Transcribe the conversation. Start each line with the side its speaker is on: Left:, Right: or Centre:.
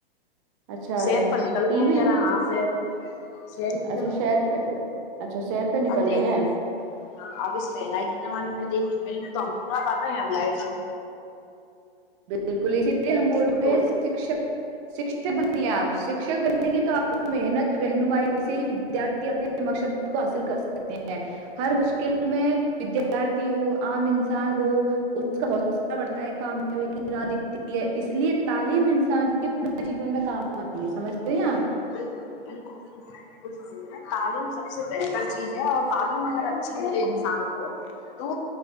Right: اچھا
Left: شیر پر نکل
Right: ٹی
Left: گئے ہیں
Right: وی
Left: ذرا ہاں سیر شیر بھی
Right: اچھا
Left: ضروری
Right: شہر
Left: ہے
Right: پہ اچھا شہر پہ نکل
Left: ا دیکھیےاں
Right: گئے ہیں
Left: اب اس مہنگائی کے زمانے میں دیکھیے بل تو ہم پورا بھر رہے ہیں لائ س
Right: بالکل اسی لیے ہم بول رہے
Left: گل
Right: ہیں
Left: ہو
Right: شکشک شک بنیے آپ شکک بنیں گے تو آپ کو محنت رہنمائی سے ہی ودارھی اپنے مقصد کو حاصل کر سکتے ہر مشکل میں ودارتھی ہو عام انسان ہو اس کا حوصلہ بڑھتا ہے کام وٹ رادتی ہے اس لیے تعلیم انسان پورے جیون میں کام آتی ہے سمجھ رہے ہیں آپ
Left: بالکل بالکل بالکل بالکل س تعلیم سب سے بہتر چیز اور تعلیم اگر اچھی ملے انسان کو تو